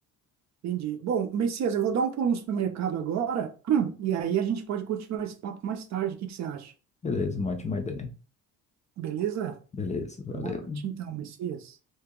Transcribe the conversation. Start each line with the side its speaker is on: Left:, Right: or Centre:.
Right: entendi. Bom, Messias, eu vou dar um pulo no supermercado agora <clears throat> e aí a gente pode continuar esse papo mais tarde. O que que você acha?
Left: Beleza, uma ótima ideia.
Right: Beleza?
Left: Beleza, valeu.
Right: Boa noite então, Messias.